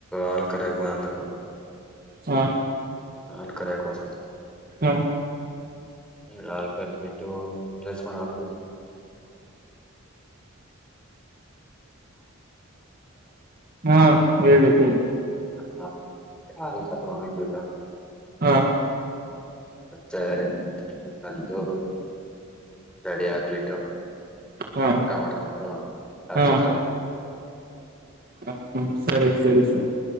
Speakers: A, in the centre; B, on the right.
A: ಆಲ್ ಕಕ್ ಬ ಅಂದ್ರ
B: ಹಾ
A: ಹಾಲ್ ಕೆ ಕೊದ
B: ಹಾ
A: ಹ ಕರ್ದ ಬಿಿಟ್ಟು ಕಸ್ಕೊಂಡ್ ಹಾಕ
B: ಹಾ ಹೇಳಲಿಕ್ಕೆಿ
A: ಹಾ ಕ ಅಕಾರ ಗಣತತ
B: ಹಾ
A: ಮತ್ತೆ ಬಂದು ರೆಡಿ ಆಗ್ಬಿಟ್ಟು
B: ಹಾ
A: ಊಟ ಮಾಡ್ಕೊಂಡು ಕಲಚಿತ್ರ
B: ಹಾ ಹ ಹ್ಮ ಸರಿ ಸರಿ ಸರಿ